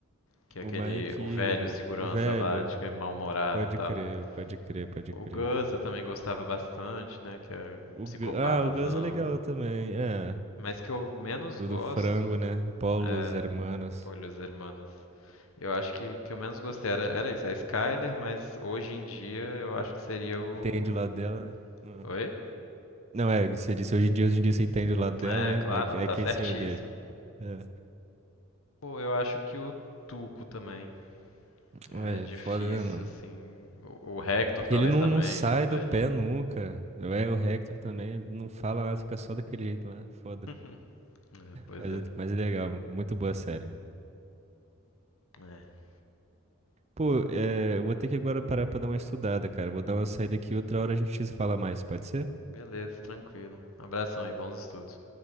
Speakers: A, on the left (about 75°); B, on the right (about 30°).
A: Que
B: O
A: é aquele,
B: Mike,
A: o velho segurança
B: o velho.
A: lá, de que é mal-humorado
B: Pode
A: e tal.
B: crer, pode crer, pode
A: O
B: crer.
A: Gus eu também gostava bastante, né? Que é o
B: O,
A: psicopatazão.
B: Gu- ah, o Gus é legal também, é.
A: Mas que eu menos
B: Do,
A: gosto
B: do frango, né? Paulo,
A: é.
B: os hermanos.
A: Pô, Los Hermanos. Eu acho que que eu menos gostei era, era isso, a Skyler, mas hoje em dia eu acho que seria
B: Entende
A: o.
B: o lado dela? né?
A: Oi?
B: Não, é, você disse hoje em dia, hoje em dia você entende o lado dela,
A: É,
B: é,
A: claro,
B: aí, que-
A: ela
B: aí
A: tá
B: quem
A: certíssima.
B: se odeia. É.
A: Pô, eu acho que o Tuco também.
B: Ué,
A: É difícil,
B: é foda, né, mano?
A: assim. O, o Hector
B: Porque
A: talvez
B: ele não,
A: também,
B: não sai
A: que é o velhinho.
B: do pé nunca. É, o Hector também, ele não fala nada, fica só daquele jeito lá, é foda.
A: <laughs> Pois
B: Mas,
A: é.
B: mas é legal, muito boa a série.
A: É.
B: Pô, é, eu vou ter que agora parar pra dar uma estudada, cara. Vou dar uma saída aqui, outra hora a gente fala mais, pode ser?
A: Beleza, tranquilo. Abração aí, bons estudos.